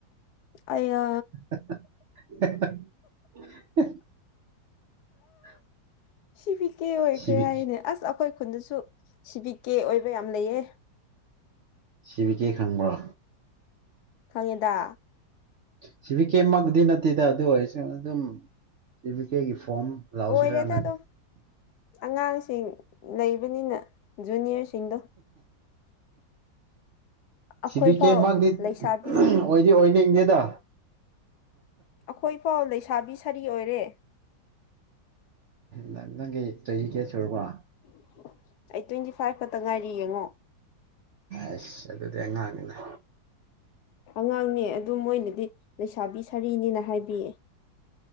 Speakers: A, on the left; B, on the right.
A: ꯑꯩꯌꯥ
B: <unintelligible> <unintelligible>
A: ꯁꯤꯕꯤꯛꯛꯇꯦ ꯑꯣꯏꯈ꯭ꯔꯦ
B: ꯁꯤ ꯕꯤ
A: ꯍꯥꯏꯅꯦ ꯑꯁ ꯑꯩꯈꯣꯏ ꯈꯨꯟꯗꯁꯨ ꯁꯤꯕꯤ ꯀꯦ ꯑꯣꯏꯕ ꯌꯥꯝ ꯂꯩꯌꯦ
B: ꯁꯤꯕꯤꯒꯦ ꯈꯪꯕ꯭ꯔꯣ
A: ꯈꯪꯉꯦꯗ
B: ꯁꯤꯕꯤ ꯀꯦ ꯃꯗꯤꯤ ꯅꯠꯇꯦꯗ ꯑꯗꯨ ꯑꯣꯏꯔꯁ ꯑꯗꯨꯝ ꯁꯤꯕꯤ ꯀꯦꯒꯤ ꯐꯣꯝ ꯂꯥꯎꯁꯤꯔꯅ
A: ꯑꯣꯏꯔꯦꯗ ꯑꯗꯨꯝ ꯑꯉꯥꯡꯁꯤꯡ ꯂꯩ ꯖꯨꯅꯤꯌꯔꯁꯤꯡꯗꯣ ꯑꯩꯈꯣꯏ
B: ꯁꯤꯕꯤꯤ
A: ꯐꯥꯎ
B: ꯀꯦ ꯃꯥꯪꯗꯤ
A: ꯂꯩꯁꯥꯕꯤ
B: ꯑꯣꯏꯗꯤ ꯑꯣꯏꯅꯅꯤ ꯏꯪꯗꯦꯗ
A: ꯑꯩꯈꯣꯏ ꯏ ꯄꯥꯎ ꯂꯩꯁꯥꯕꯤ ꯁꯥꯔꯤ ꯑꯣꯏꯔꯦ
B: ꯅꯪ ꯅꯪꯒꯤ ꯆꯍꯤꯒꯦ ꯁꯔꯕꯣ
A: ꯑꯣ ꯑꯩ ꯇ꯭ꯋꯦꯟꯇꯤ ꯐꯥꯏꯚ ꯈꯛꯇ ꯉꯥꯏꯔꯤ ꯌꯦꯡꯉꯣ
B: ꯑꯁ ꯑꯗꯨꯗꯤ ꯑꯉꯥꯡꯅꯤꯅ
A: ꯑꯉꯥꯡꯅꯦ ꯑꯗꯨꯝ ꯃꯣꯏꯅꯗꯤ ꯂꯩꯁꯥꯕꯤ ꯁꯥꯔꯤꯅꯤꯅ ꯍꯥꯏꯕꯤꯌꯦ